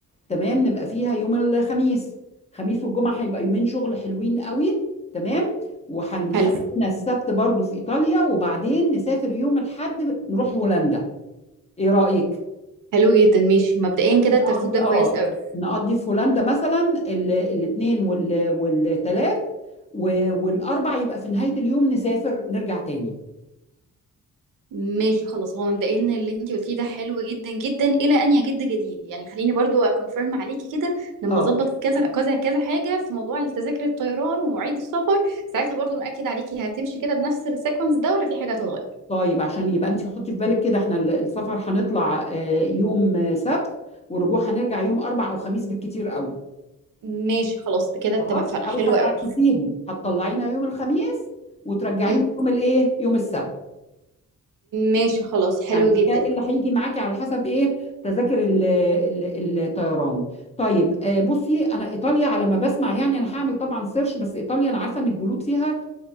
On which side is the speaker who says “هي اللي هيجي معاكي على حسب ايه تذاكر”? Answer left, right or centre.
Left